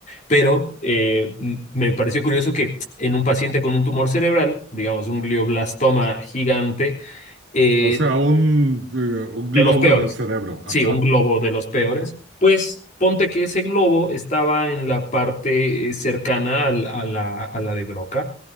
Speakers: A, on the left; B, on the right.
A: pero eh, m- me pareció curioso que en un paciente con un tumor cerebral, digamos un glioblastoma gigante, eh,
B: O sea, un, eh, un
A: de
B: globo
A: los peores.
B: en el cerebro.
A: Sí,
B: Ajá.
A: un globo de los peores. Pues ponte que ese globo estaba en la parte eh, cercana al- a la, a la de Broca